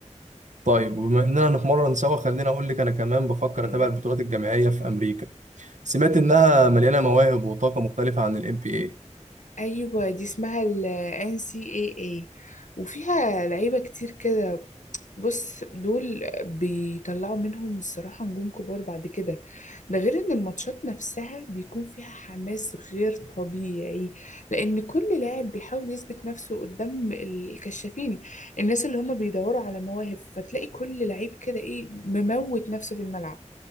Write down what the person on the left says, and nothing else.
يعني
ايوه دي اسمها ال NCAA وفيها لعيبة كتير كده بص دول بيطلعوا منهم الصراحة نجوم كبار بعد كده ده غير ان الماتشات نفسها بيكون فيها حماس غير طبيعي لان كل لاعب بيحاول يثبت نفسه قدام الكشافين الناس اللي هم بيدوروا على مواهب فتلاقي كل لعيب كده ايه مموت نفسه في الملعب